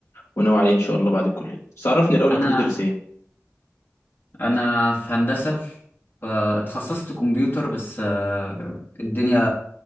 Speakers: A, on the left; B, on the left.
A: وناوي عليه ان شاء الله بعد الكلية بس عرفني الاول
B: انا
A: انت بتدرس ايه
B: انا في هندسه فاتخصصت كمبيوتر بس آه، الدنيا